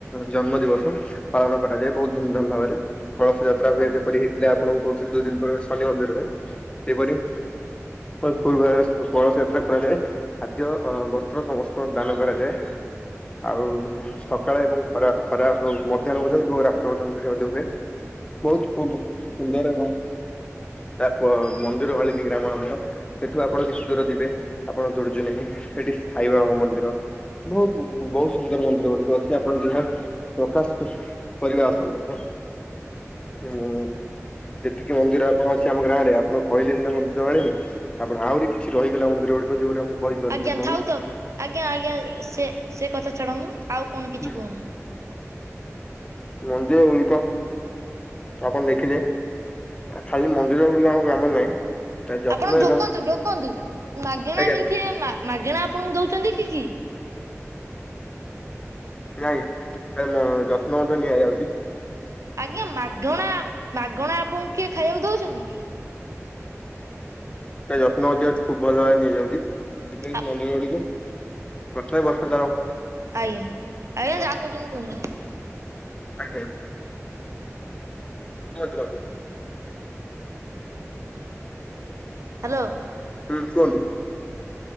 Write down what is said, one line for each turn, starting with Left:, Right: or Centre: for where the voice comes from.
Left: ଜନ୍ମ ଦିବସ। ପାଳନ କରାଯାଏ ବହୁତ ଧୁମଧାମ ଭାବରେ କଳସ ଯାତ ତ୍ରା ହୁଏ
Right: ଆଜ୍ଞା ଆଜ୍ଞା
Left: ଯେପରି
Right: ଆଜ୍ଞା।
Left: ହେଇଥିଲା ଆପଣଙ୍କୁ କହୁଥିଲେ ଦୁଇ ଦିନ ପୂର୍ବେ ଶନି ମନ୍ଦିରରେ ସେହିପରି। ତ କଳସ ଯାତ୍ରା କରାଯାଏ ଖାଦ୍ୟ ଅ ବସ୍ତ୍ର ସମସ୍ତ। ତ ଦାନ କରାଯାଏ ଆଉ ସକାଳେ ଏବଂ। ଖରା ଖରା ମଧ୍ୟାହ୍ନ ଭୋଜନ ଏବଂ ରାତ୍ର ଭୋଜନ ସେଠି ମଧ୍ୟ ହୁଏ ବହୁତ। ସୁନ୍ଦର ଏବଂ ତା ପ ମନ୍ଦିର ମାଳିନୀ ଗ୍ରାମ ଆମର। ସେଠୁ ଆପଣ କିଛି ଦୂର ଯିବେ ଆପଣ ଦୁଡୁଜୁନେଇ ସେଠି ସାଇ ବାବା ଙ୍କ ମନ୍ଦିର। ମନ୍ଦିର ବହୁତ ବହୁତ ସୁନ୍ଦର ମନ୍ଦିର ଗୁଡିକ ଅଛି ଆପଣ ଯାହା ପ୍ରକାଶ। କରିବା ଅସମ୍ଭବ ହୁଁ। ଯେତିକି ମନ୍ଦିର କଣ ଅଛି ଆମ ଗାଁ ରେ ଆପଣ କହିଲେ ସିନା ମନ୍ଦିର ଆଳେନି ଆପଣ ଆହୁରି କିଛି ରହିଗଲା ମନ୍ଦିର ଗୁଡିକ ଯୋଉଗୁଡା ମୁଁ କହିପାରୁନି
Right: ଆଜ୍ଞା
Left: ଆପଣଙ୍କୁ
Right: ଥାଉ ଥାଉ ଆଜ୍ଞା ଆଜ୍ଞା ସେ ସେ କଥା ଛାଡ଼ନ୍ତୁ ଆଉ କଣ କିଛି
Left: ହୁଁ
Right: କୁହନ୍ତୁ?
Left: ମନ୍ଦିର ଗୁଡିକ ଆପଣ ଦେଖିଲେ? ଖାଲି ମନ୍ଦିର ଗୁଡିକ ଆମ ଗ୍ରାମରେ ନାହିଁ ତା ଯତ୍ନ
Right: ଆପଣ ଢୋକନ୍ତୁ
Left: ଏବଂ
Right: ଢୋକନ୍ତୁ ମାଗେଣା
Left: ଆଜ୍ଞା
Right: ମିଳିଛି ମାଗେଣା ଆପଣଙ୍କୁ ଦଉଛନ୍ତି କିଏ?
Left: ନାଇଁ ମୋ ଯତ୍ନ ମଧ୍ୟ ନିଆଯାଉଚି
Right: ଆଜ୍ଞା ମାଗଣା ମାଗଣା ଆପଣଙ୍କୁ କିଏ ଖାଇବାକୁ ଦଉଛନ୍ତି କି?
Left: ତା ଯତ୍ନ ମଧ୍ୟ ଖୁବ ଭଲ ଭାବରେ ନିଆଯାଉଛି
Right: ଆ
Left: ମନ୍ଦିର ଗୁଡିକ <inaudible> ବର୍ଷାଟା
Right: ଆଜ୍ଞା ଆଜ୍ଞା ଯା କହୁଚନ୍ତି କୁହନ୍ତୁ?
Left: ଆଜ୍ଞା <unintelligible>
Right: ହାଲୋ।
Left: ହୁଁ କୁହନ୍ତୁ?